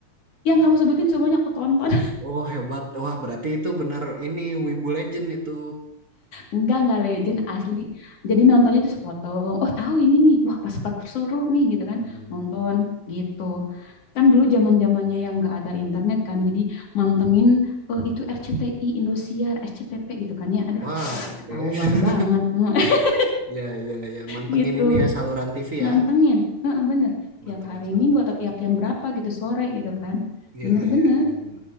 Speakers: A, on the left; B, on the right.
A: Yang kamu sebutin semuanya aku tonton.
B: Oh, hebat. Wah, berarti itu bener ini Wibu Legend itu.
A: Enggak, enggak legend asli. Jadi nontonnya tuh sepotong. Oh, tahu ini nih. Wah, pas pas seru nih gitu kan.
B: Hmm.
A: Nonton gitu. Kan dulu zaman-zamannya yang enggak ada internet kan. Jadi mantengin eh, itu RCTI, Indosiar, SCTV gitu kan ya. Aduh,
B: Wah, oke.
A: ketahuan
B: <laughs>
A: banget <laughs>
B: Ya, ya, ya. Mantengin
A: gitu.
B: ini ya saluran TV
A: Mantengin.
B: ya.
A: Heeh, bener. Tiap
B: Mantengin
A: hari
B: saluran
A: Minggu atau
B: TV.
A: tiap jam berapa gitu sore gitu kan.
B: Iya,
A: Bener-bener.
B: iya, iya, iya.